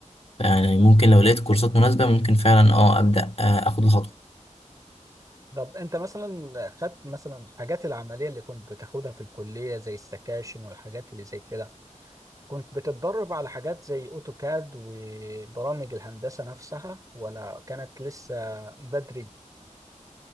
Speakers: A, on the left; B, on the right.
A: يعني ممكن لو لقيت كورسات مناسبه ممكن فعلا اه ابدا آه، اخد الخطوه
B: طب انت مثلا خدت مثلا الحاجات العملية اللي كنت بتاخدها في الكلية زي السكاشن والحاجات اللي زي كده كنت بتتدرب على حاجات زي اوتوكاد وبرامج الهندسة نفسها ولا كانت لسه بدري